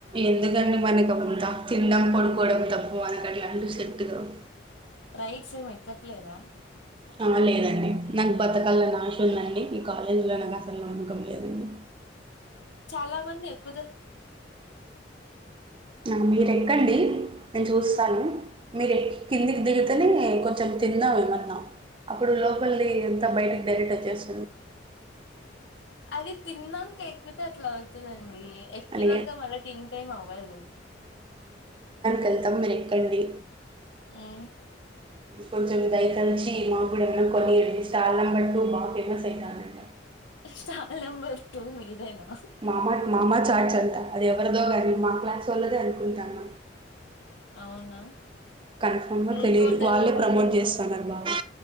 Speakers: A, on the right; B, on the left.
A: ఎందుకండి మనకవంతా తినడం పడుకోవడం తప్పు మనకు అట్లాంటివి సెట్ కావు.
B: రైట్స్ ఏం ఎక్కట్లేదా.
A: ఆహ్ లేదండి. నాకు బతకాలని ఆశ ఉందండి. ఈ కాలేజీ లో నాకు అసలు నమ్మకం లేదండి.
B: చాలా మంది ఎక్.
A: ఆహ్ మీరు ఎక్కండి నేను చూస్తాను. మీరు ఎక్ కిందికి దిగితేనే. కొంచెం తిందాం ఏమన్నా అప్పుడు లోపల్ది అంత బయటకి డైరెక్ట్ వచ్చేస్.
B: అది తిన్న. ఎక్కితే అట్లా అవుతదని. ఎక్కినంక
A: లే
B: మల్ల తింటే‌ ఏం అవ్వదు.
A: కెళ్తాం మీరెక్కండి
B: హ్మ్
A: కొంచం దై దంచీ మాగూడా ఏమైనా కొనియాంది స్టాల్ నంబర్ టూ బాగా ఫేమస్ అయితాందంట
B: స్టాల్ నంబర్ టూ ఇదేనా
A: మామా మామా చార్ట్ చ అది ఎవరిదో గానీ మా క్లాస్ వాళ్ళదే అనుకుంటాన
B: అవునా?
A: కన్ఫమ్ గా
B: ఇంకోటేదో
A: తెలీదు వాళ్ళే
B: సంథింగ్
A: ప్రమోట్ చేస్తన్నారు బాగా